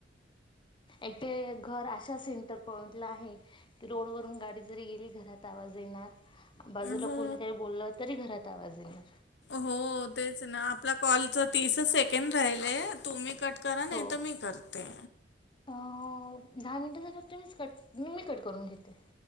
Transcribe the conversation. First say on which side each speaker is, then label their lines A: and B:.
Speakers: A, on the left; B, on the left.
A: एक्सिजेट घर अशा सेंटर पॉइंटला आहे की येथे घर येथे घर अशा सेंटर पॉइंटला आहे की, रोडवरून गाडी जरी गेली घरात आवाज येणार, बाजूला
B: हो
A: कोणी काही बोललं तरी घरात आवाज येणार.
B: हो तेच ना आपला कॉलचं तीसच सेकंड राहिलय तुम्ही कट करा नाही
A: हो
B: तर मी करते.
A: अ दहा मिनिटं झाल्या तर मीच कट मी मी कट करून घेते.